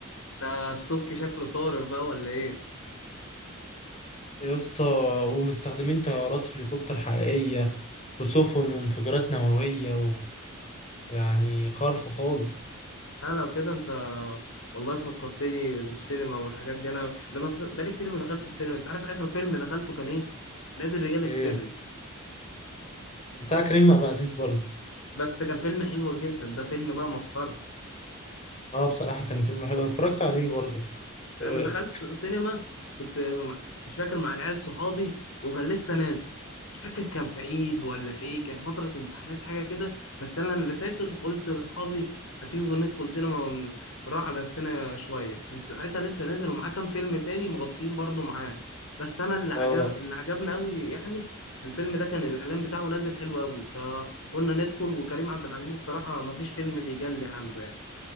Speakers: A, on the left; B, on the left.
A: ده السبكي شكله صارف بقى ولا ايه
B: يا اسطى ومستخدمين طيارات هليكوبتر حقيقية وسفن وانفجارات نووية ويعني خرف خالص
A: ها لو كده انت والله فكرتني بالسينما والحاجات دي انا انا بف- بقالي كتير ما دخلت السينما انت عارف اخر فيلم دخلته كان ايه نادي الرجال السري
B: ايه بتاع كريم عبد العزيز برضه
A: بس كان فيلم حلو جدا ده فيلم بقى مسخرة
B: اه بصراحة كان فيلم حلو أنا اتفرجت عليه برضه
A: ده
B: اه
A: انا دخلت سينما كنت مع- مش فاكر مع العيال صحابي وكان لسه نازل مش فاكر كان في عيد ولا في ايه كان فترة امتحانات حاجة كده بس انا اللي فاكر قلت لاصحابي ما تيجي ندخل سينما ون- ونروح على نفسنا شوية كان ساعتها لسه نازل ومعاه كام فيلم تاني مغطيين برضو معاه بس انا اللي عجب
B: آه.
A: اللي عجبنا قوي يعني الفيلم ده كان الاعلان بتاعه نازل حلو قوي فقلنا ندخل وكريم عبد العزيز الصراحة ما فيش فيلم بيجلي عنده يعني